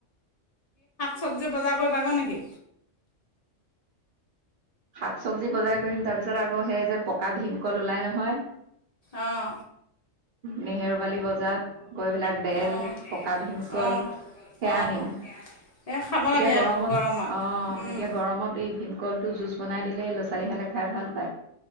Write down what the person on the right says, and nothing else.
শাক চব্জি বজাৰ কৰিম, তাৰপিছত আকৌ সেই যে পকা ভীমকল ওলাই নহয়
নেহেৰুবালি বজাৰত এইবিলাক বেল
পকা ভীমকল
সেয়া
আনিম এতিয়া
গৰমত-
অ',
এতিয়া গৰমত এই ভিন কলটো জুচ বনাই দিলে ল'ৰা ছোৱালী হালে খাই ভাল পায়